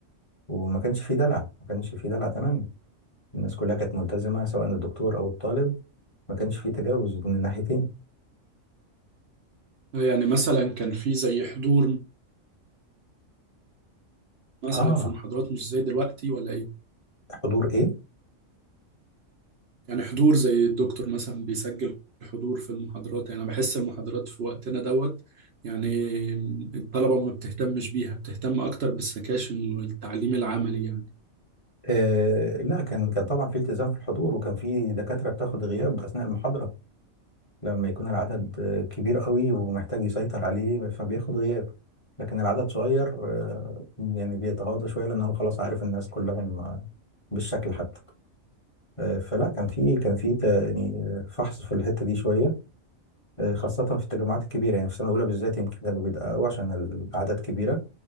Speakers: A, on the left (about 25°); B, on the right (about 55°).
A: وما كانش فيه دلع ما كانش فيه دلع تماما الناس كلها كانت ملتزمة سواء الدكتور أو الطالب ما كانش فيه تجاوز من الناحيتين
B: آه، يعني مثلا كان في زي حضور مثلا
A: اه
B: في المحاضرات مش زي دلوقتي ولا إيه؟
A: حضور ايه
B: يعني حضور زي الدكتور مثلا بيسجل حضور في المحاضرات يعني أنا بحس المحاضرات في وقتنا دوت يعني الطلبة ما بتهتمش بيها بتهتم أكتر بالسكاشن والتعليم العملي يعني
A: آه لا كان كان طبعا في التزام في الحضور وكان في دكاترة بتاخد غياب أثناء المحاضرة لما يكون العدد كبير قوي ومحتاج يسيطر عليه فبياخد غياب لكن العدد صغير آه، يعني بيتغاضى شوية لأن هو خلاص عارف الناس كلهم آه، بالشكل حتى آه، فلا كان في كان في ت- يعني فحص في الحتة دي شوية آه، خاصة في التجمعات الكبيرة يعني في السنة الأولى بالذات يمكن كانوا بيدققوا عشان الأعداد كبيرة